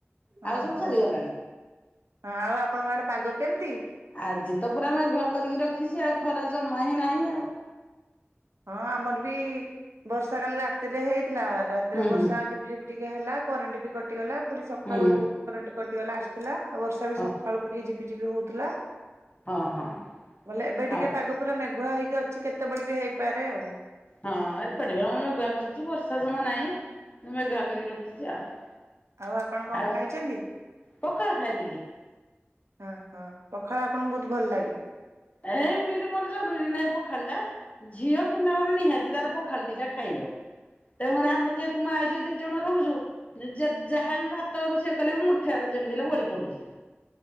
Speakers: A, on the left; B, on the right.
A: ଆଉ
B: ଓହୋ
A: ସବୁ ସରିଗଲାଣି
B: ହଁ ଆଉ ଆପଣଙ୍କ ଆଡେ ପାଗ କେମତି?
A: ଆଜି ତ ପୁରା ମେଘୁଆ କରିକି ରଖିଛି ଆଉ ଖରା ଜମା ହିଁ ନାହିଁ ଆଉ।
B: ହଁ ଆମର ବି ବର୍ଷା କାଲି ରାତିରେ ହେଇ ଥିଲା ରାତିରେ
A: ହୁଁ
B: ବର୍ଷା
A: ହୁଁ
B: ଝିପି ଝିପି ଟିକେ ହେଲା। କରେଣ୍ଟ ବି କଟିଗଲା। ପୁଣି ସକାଳୁ
A: ହୁଁ ହୁଁ
B: କରେଣ୍ଟ କଟ୍ କଟିଗଲା ଆସିଥିଲା। ଆଉ ବର୍ଷା ବି ସକାଳୁକୁ
A: ହଁ
B: ଟିକେ ଝିପି ଝିପିଝିପି ହଉଥିଲା।
A: ହଁ ହଁ
B: ବୋଲେ ଏବେ ଟିକେ
A: ଆଉ
B: ପାଗ ପୁରା ମେଘୁଆ ହେଇ ଅଛି କେତେବେଳେ ବି ହେଇ ପାରେ ଆଉ।
A: ହଁ ଏପଟେ ବି ଆମ ମେଘୁଆ କରିଛି ବର୍ଷା ସମୟ ନାହିଁ ମୁଁ ମେଘୁଆ କରିକି ରଖିଛି ଆଉ।
B: ଆଉ ଆପଣ କଣ
A: ଆଉ
B: ଖାଇଛନ୍ତି?
A: ପଖାଳ ଖାଇଥିଲି।
B: ହଁ ହଁ ପଖାଳ ଆପଣଙ୍କୁ ବହୁତ ଭଲ ଲାଗେ?
A: ଏ ଏମିତି ମୋର ଜରୁରୀ ନାହିଁ ପଖାଳ ଟା ଝିଅ କିନ୍ତୁ ଆମର ନିହାତି ତାର ପଖାଳ ଦିଟା ଖାଇବ। ତେଣୁକରି ଆମେ ଯେହେତୁ ମାଆ ଝିଅ ଦି ଜଣ ରହୁଛୁ ଯାହାବି ଭାତ ରୋଷେଇ କଲେ ବି ମୁଠା ଆଡେ ଯେମିତି ହେଲେ ବଳି ପଡୁଛି।